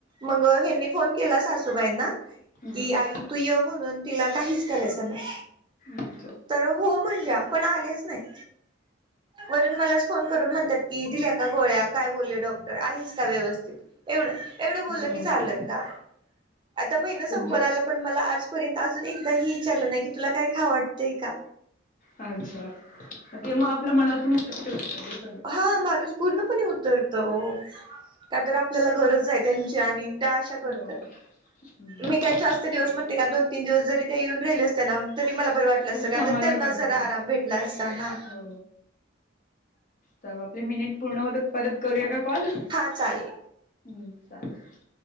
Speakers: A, on the right; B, on the left.
A: मग ह्यांनी फोन केला सासूबाईंना
B: हम्म
A: कि आई तू ये म्हणून तिला काहीच करायच नाय.
B: अच्छा
A: तर हो म्हणल्या पण आलेच नाहीत. वरून मलाच फोन करून म्हणतात की दिल्या का गोळ्या काय बोलले डॉक् आहेस का व्यवस्थित एवढं एवढं बोललं
B: एवढंच
A: की झालं का? आता महिना
B: तुमच्या
A: संपत आला पण मला आजपर्यंत अजून एकदा ह विचारलं नाही की तुला काय खा वाटतंय का.
B: अच्छा ते मग आपल्या मनातून. <unintelligible>
A: हा माणूस पूर्णपणे उतरतो. काय तर आपल्याला गरज आहे त्यांची आणि त्या अशा करतात.
B: हो. हम्म
A: मी काही जास्त दिवस
B: ठीक
A: म्हणते
B: आहे
A: का दोन तीन दिवस जरी त्या येऊन राहिले असते ना तरी मला बरं वाटलं असतं,
B: तर
A: का
B: समाधान
A: आता त्यांनाच
B: वाटत
A: जरा
B: ते.
A: आराम भेटला असता ना.
B: हो तर मग आपले मिनिट पूर्ण होतात, परत करूया का कॉल?
A: हा चालेल.
B: हम्म चालेल.